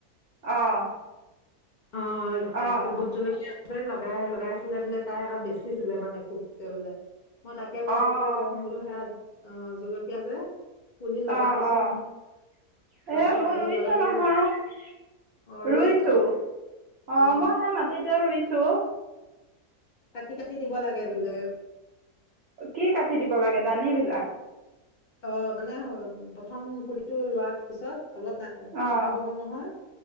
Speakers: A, on the right (about 65°); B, on the left (about 75°).
A: অঁ
B: অহ
A: অঁ
B: এক ভোট জলকীয়া মই লগাই লগাইছিলে বোলে তাই এবাৰ বেচি চোলে, মানে খুবকে বোলে মই তাকে বোলো
A: অঁ
B: তোকো কম বোলো সেয়া অহহ জলকীয়া যে পুলি লগাবিচোন
A: অহ অহ
B: গছৰ
A: এহ মই
B: হেৰি
A: ৰুইছো
B: লগাই পেলাই
A: নহয়।
B: অ ৰুইছ
A: ৰুইছো অহ
B: অ
A: মই সেই মাটিতে ৰুইছো
B: কাটি কাটি দিব লাগে বোলে
A: কি কাটি দিব লাগে ডালি বিলাক?
B: অহ মানে প্ৰথম পুলিটো ৰোৱাৰ পিছত অলপ
A: অঁ
B: ওখ হব নহয়